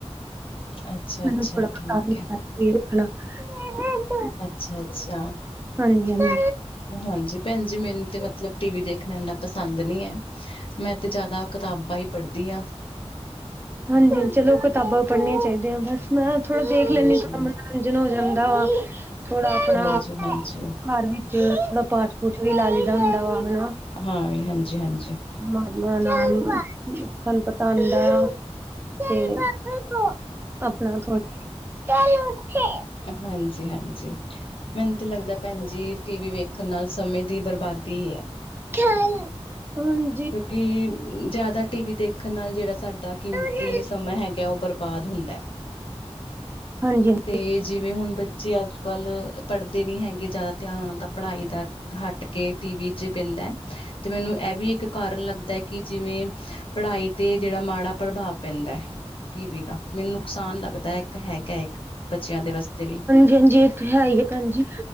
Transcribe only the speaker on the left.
<inaudible>
ਠੀਕ ਹੈ। ਅੱਛਾ-ਅੱਛਾ,
ਹਾਂਜੀ। ਭੈਨ ਜੀ ਮੈਨੂੰ ਤੇ ਮਤਲਬ ਟੀਵੀ ਦੇਖਨਾ ਏਨਾ ਪਸੰਦ ਨੀ ਐ, ਮੈਂ ਤੇ ਜਾਦਾ ਕਿਤਾਬਾਂ ਈ ਪੜਦੀ ਆਂ।
ਹਾਂਜੀ,
ਹਾਂਜੀ-ਹਾਂਜੀ।
ਹਾਂ ਵੀ ਹਾਂਜੀ-ਹਾਂਜੀ।
ਹਾਂਜੀ ਹਾਂ ਮੈਨੂੰ ਤੇ ਲੱਗਦਾ ਭੈਨ ਜੀ ਟੀਵੀ ਵੇਖਨ ਨਾਲ ਸਮੇਂ ਦੀ ਬਰਬਾਦੀ ਐ।
ਕਿਓਂਕਿ ਜਾਦਾ ਟੀਵੀ ਦੇਖਨ ਨਾਲ ਜੇੜਾ ਸਾਡਾ ਕੀਮਤੀ
ਸਮਾਂ ਹੈ ਗਾ ਓ ਬਰਬਾਦ ਹੁੰਦੈ,
ਤੇ ਜਿਵੇਂ ਹੁਨ ਬੱਚੇ ਅੱਜ ਕੱਲ ਪੜਦੇ ਨੀ ਹੈਗੇ ਜਾਦਾ ਧਿਆਨ ਓਨਾਂ ਦਾ ਪੜਾਈ ਦਾ ਹੱਟ ਕੇ ਟੀਵੀ ਚ ਪੈਂਦਾ, ਤੇ ਮੈਨੂੰ ਐ ਵੀ ਇੱਕ ਕਾਰਨ ਲੱਗਦਾ ਕੀ ਜਿਵੇਂ ਪੜਾਈ ਤੇ ਮਾੜਾ ਪ੍ਰਭਾਵ ਪੈਂਦਾ ਟੀਵੀ ਨਾ ਮੈਨੂੰ ਨੁਕਸਾਨ ਲੱਗਦਾ ਇੱਕ ਹੈਗਾ ਇੱਕ ਬੱਚੇਆਂ ਦੇ ਵਾਸਤੇ ਵੀ